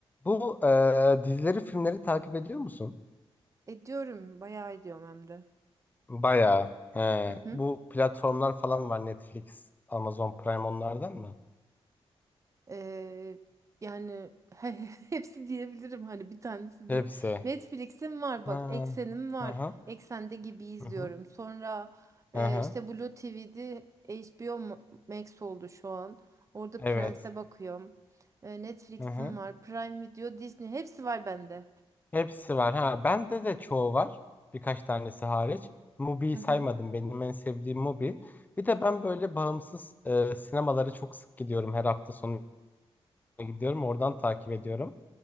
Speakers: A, on the left; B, on the right.
A: Bu e, dizileri, filmleri takip ediyor musun?
B: Ediyorum, bayağı ediyorum hem de.
A: Bayağı. He.
B: Hı hı.
A: Bu platformlar falan var. Netflix, Amazon Prime onlardan mı?
B: Ee, yani <laughs> he- hepsi diyebilirim hani bir tanesi
A: Hepsi.
B: değil. Netflix'im var bak,
A: Ha.
B: Eksen'im var.
A: Aha.
B: Eksen'de gibi izliyorum.
A: Aha.
B: Sonra e,
A: Aha.
B: işte Blue TV'de HBO Ma- Max oldu şu an. Orada
A: Evet.
B: Prens'e bakıyorum. E, Netflix'im
A: Aha.
B: var, Prime Video, Disney hepsi var bende.
A: Hepsi var. Ha, bende de çoğu var. Birkaç tanesi hariç. Mubi'yi
B: Hı hı.
A: saymadım. Benim en sevdiğim Mubi. Bir de ben böyle bağımsız e, sinemalara çok sık gidiyorum. Her hafta sonu gidiyorum. Oradan takip ediyorum.